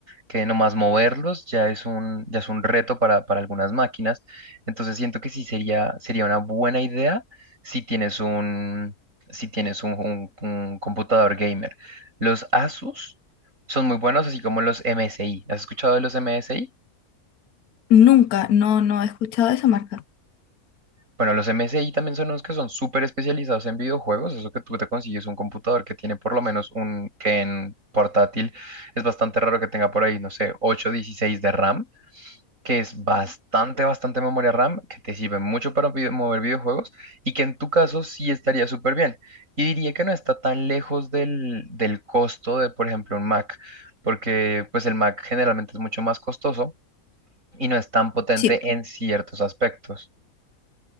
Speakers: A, on the right; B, on the left.
A: que nomás moverlos ya es un, ya es un reto para, para algunas máquinas, entonces siento que sí sería, sería una buena idea si tienes un, si tienes un, un- un computador gamer. Los Asus son muy buenos, así como los MSI. ¿Has escuchado de los MSI?
B: Nunca, no, no he escuchado de esa marca.
A: Bueno, los M S I también son unos que son súper especializados en videojuegos. Eso que tú te consigues un computador que tiene por lo menos un que en portátil es bastante raro que tenga por ahí, no sé, 8, 16 de RAM, que es bastante, bastante memoria RAM, que te sirve mucho para vide- mover videojuegos y que en tu caso sí estaría súper bien. Y diría que no está tan lejos del, del costo de, por ejemplo, un Mac, porque pues el Mac generalmente es mucho más costoso y no es tan potente
B: Sí,
A: en ciertos aspectos.